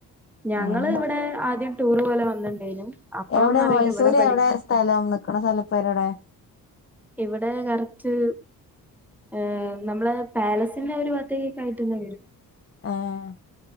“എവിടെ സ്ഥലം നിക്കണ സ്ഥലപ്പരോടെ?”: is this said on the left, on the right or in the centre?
Left